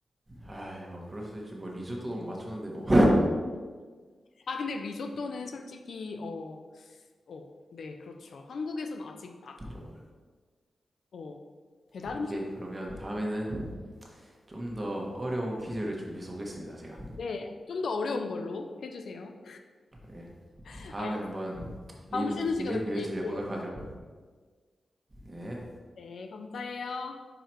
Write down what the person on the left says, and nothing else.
아, 근데 리조또는 솔직히, 어, 어, 네, 그렇죠. 한국에선 아직 막,
어, 배달
음식으로,
네, 좀 더 어려운 걸로 해주세요.
<laughs>
알겠습니다.
다음 쉬는 시간에
또
얘기해요.
네, 감사해요.